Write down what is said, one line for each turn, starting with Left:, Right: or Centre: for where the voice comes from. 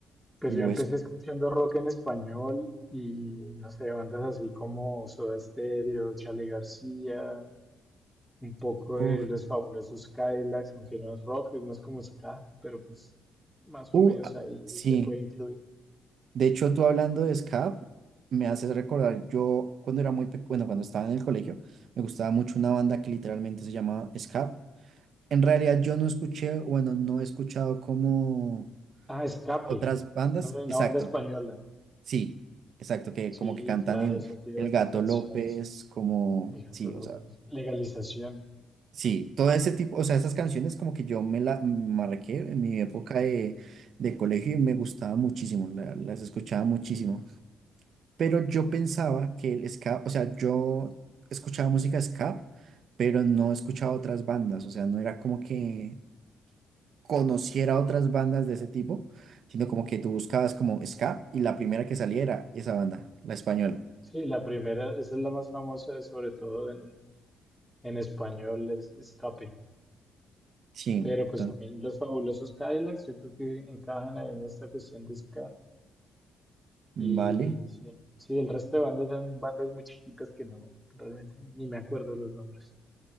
Centre: Pues
Right: lo
Centre: yo empecé
Right: es.
Centre: escuchando rock en español y no sé, bandas así como Soda Stereo, Charly García, un poco
Right: Uf,
Centre: de Los Fabulosos Cadillacs, aunque no es rock, es más como ska, pero pues más
Right: uh,
Centre: o menos
Right: ah,
Centre: ahí
Right: sí.
Centre: se puede incluir.
Right: De hecho, tú hablando de SCAP, me haces recordar, yo cuando era muy pequeño, bueno, cuando estaba en el colegio, me gustaba mucho una banda que literalmente se llamaba SCAP. En realidad yo no escuché, bueno, no he escuchado como
Centre: Ah, Escape,
Right: otras bandas,
Centre: ¿no? una
Right: exacto,
Centre: banda española.
Right: sí, exacto, que
Centre: Sí,
Right: como que cantan
Centre: claro,
Right: el,
Centre: o sea tiene
Right: el
Centre: buenas
Right: Gato
Centre: canciones.
Right: López, como,
Centre: Y Gato
Right: sí,
Centre: López.
Right: o sea,
Centre: Legalización.
Right: sí, todo ese tipo, o sea, esas canciones como que yo me la marqué en mi época de, de colegio y me gustaba muchísimo, la- las escuchaba muchísimo. pero yo pensaba que el ska, o sea, yo escuchaba música ska, pero no escuchaba otras bandas, o sea, no era como que conociera otras bandas de ese tipo, sino como que tú buscabas como ska y la primera que saliera esa banda, la española.
Centre: Sí, la primera, esa es la más famosa, sobre todo en, en español, es Escape.
Right: Sí,
Centre: Pero pues
Right: enton-
Centre: también los fabulosos Cadillacs, yo creo que encajan ahí en esta cuestión de ska.
Right: vale.
Centre: Y sí, sí, el resto de bandas son bandas muy chiquitas que no, realmente ni me acuerdo los nombres.